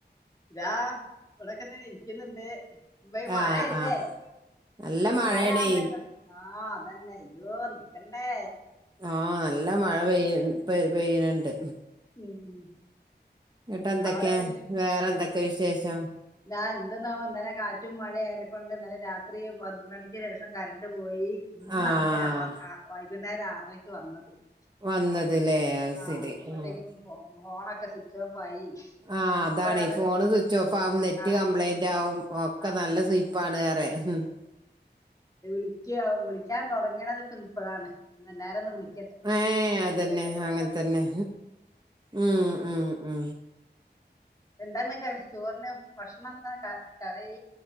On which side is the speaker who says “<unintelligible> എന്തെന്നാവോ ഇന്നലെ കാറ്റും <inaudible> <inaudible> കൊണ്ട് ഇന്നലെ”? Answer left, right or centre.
Left